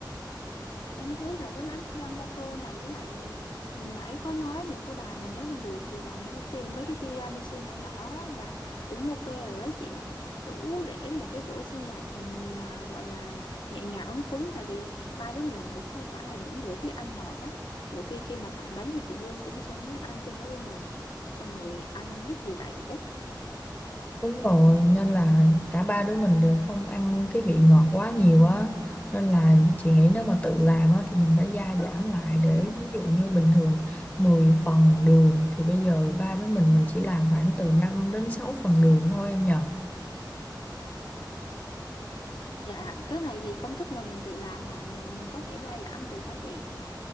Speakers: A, on the left (about 70°); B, on the left (about 20°).
A: Em thấy là cái bánh flan gato này với lại nãy có nói mình có bàn là nếu mình được thì làm cái tìm mấy cái tiramisu nhỏ nhỏ là cũng ok rồi đó chị đủ để một cái bữa sinh nhật ừm, à, gọi là nhẹ nhàng ấm cúng tại vì ba đứa mình cũng không phải là những người thích ăn ngọt á nhiều khi khi mà tặng bánh thì chị Dương cũng sẽ muốn ăn chung với mình xong rồi ăn không hết thì lại uống
B: Đúng rồi, nên là cả ba đứa mình đều không ăn cái vị ngọt quá nhiều á. Nên là chị nghĩ nếu mà tự làm á thì mình phải gia giảm lại để ví dụ như bình thường 10 phần đường thì bây giờ ba đứa mình mình chỉ làm khoảng từ 5 đến 6 phần đường thôi em nhờ.
A: dạ cái này thì công thức mà mình tự làm mà mình có thể gia giảm được đó chị